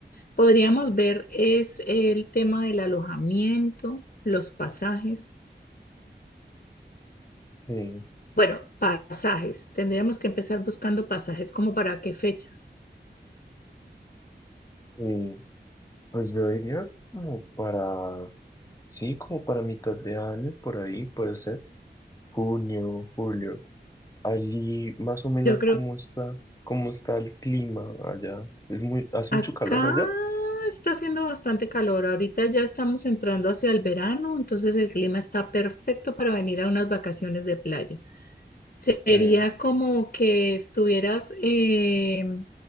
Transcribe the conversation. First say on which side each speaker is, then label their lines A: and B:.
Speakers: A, on the left (about 50°); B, on the left (about 20°).
A: podríamos ver es el tema del alojamiento, los pasajes.
B: Sí,
A: Bueno, pasajes. Tendríamos que empezar buscando pasajes, como para qué fechas.
B: y pues yo diría como para, sí, como para mitad de año, por ahí puede ser, junio, julio. Allí más o menos
A: Yo creo,
B: cómo está, cómo está el clima allá. Es muy, hace
A: acá
B: mucho calor allá.
A: está haciendo bastante calor. Ahorita ya estamos entrando hacia el verano, entonces el clima está perfecto para venir a unas vacaciones de playa. Sería
B: Eh,
A: como que estuvieras eh,